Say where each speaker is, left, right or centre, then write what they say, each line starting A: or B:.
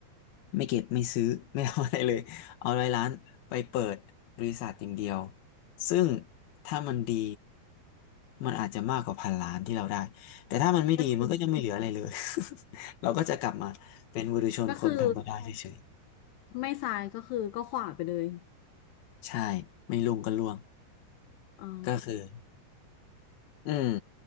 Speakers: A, on the left (about 70°); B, on the left (about 85°).
A: ไม่เก็บไม่ซื้อ <laughs> ไม่ทำอะไรเลยเอาร้อยล้านไปเปิดบริษัทอย่างเดียวซึ่งถ้ามันดีมันอาจจะมากกว่าพันล้านที่เราได้แต่ถ้ามันไม่ดีมันก็จะไม่เหลืออะไรเลย
B: ก็จริง
A: <laughs> เราก็จะกลับมาเป็นบุถุษชนคนธรรมดาเฉย
B: ก็คือไม่ซ้ายก็คือก็ขวาไปเลย
A: ๆใช่ไม่ลุงก็ล่วง
B: อ๋อ
A: ก็คืออืม